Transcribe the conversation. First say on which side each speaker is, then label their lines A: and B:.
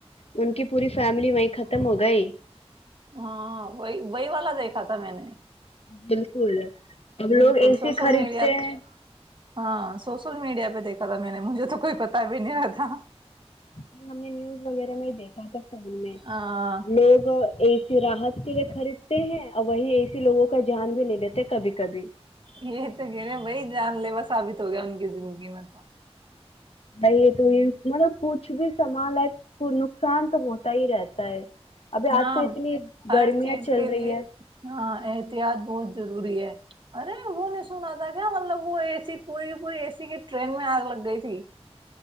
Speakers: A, on the left; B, on the right.
A: ان کی پوری فیملی وہیں ختم ہو گئی
B: ہاں وہی وہی والا دھا تھا میں نے
A: بالکل اب
B: بالکل
A: لوگ اے
B: سوشل
A: سی خریدتے
B: میڈیا پہ
A: ہیں
B: ہاں <unintelligible> سوشل مڈیا پہیکھا جا میں نے مجھے تو کوئی پتا بھی نہیں رہ تھا
A: ج ہم نے نیوز وغیرہ میں ہی دیکھا ہے تو میں
B: ہاں
A: لوگ ایسی راحت کے خریدتے ہیں اور وہی ایسے لوگوں کا جھیان بھی لے لیتے ہیں کبھی کبھی
B: یہ تو کہ رہے ہیں بھائی جان لیوا ثابت ہو گیا ان کی زندگی میں تو
A: بائی یہ تو یہ مطلب کچھ بھی سمان ہے کو نقصان تو ہوتا ہی رہتا ہے ابھی
B: ہاں
A: آج کل اتنی
B: ہر
A: گرمیاں
B: چیز
A: چل
B: کے
A: رہی
B: لیے
A: ہے
B: ہاں احتیاط بہت ضروری ہے ارے وہ نہیں سنا رہ تھا کیا مطلب وہ اے سی پوری پوری اے سی کی ٹرین میں آگ لگ گئی تھی